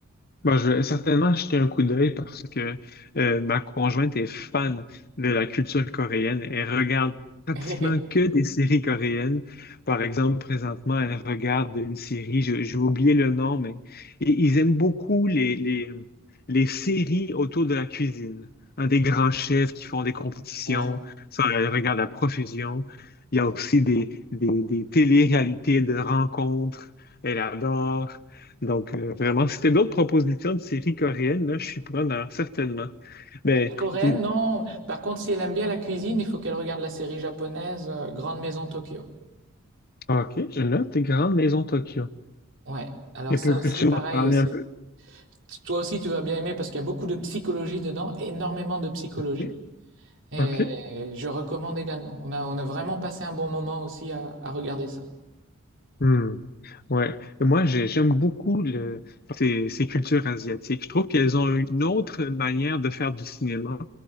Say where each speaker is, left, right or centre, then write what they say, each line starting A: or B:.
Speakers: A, on the left; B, on the right.
A: Bon, je vais certainement jeter un coup d'œil parce que euh, ma conjointe est fan de la culture coréenne. Elle regarde pratiquement
B: <laughs>
A: que des séries coréennes. Par exemple, présentement, elle regarde une série, je- j'ai oublié le nom, mais i- ils aiment beaucoup les, les, les séries autour de la cuisine. Hein, des grands chefs qui font des compétitions,
B: Ouais.
A: ça, elle regarde à profusion. Il y a aussi des, des, des télé-réalités de rencontres, elle adore. Donc, euh, vraiment, si t'as d'autres propositions de séries coréennes, là, je suis preneur, certainement. Mais,
B: Coréenne,
A: et-
B: non. Par contre, si elle aime bien la cuisine, il faut qu'elle regarde la série japonaise euh, Grande Maison Tokyo.
A: OK, je note tes grandes maisons Tokyo.
B: Ouais. Alors
A: Et
B: ça
A: peux-
B: aussi,
A: peux-tu
B: pareil,
A: m'en parler
B: c'est...
A: un peu?
B: toi aussi tu vas bien aimer parce qu'il y a beaucoup de psychologie dedans, énormément de psychologie.
A: Oui.
B: Et
A: OK.
B: je recommande également. On a, on a vraiment passé un bon moment aussi à, à regarder ça.
A: Hmm. Ouais. Et Moi, j'ai- j'aime beaucoup le, ces, ces cultures asiatiques. Je trouve qu'elles ont une autre manière de faire du cinéma.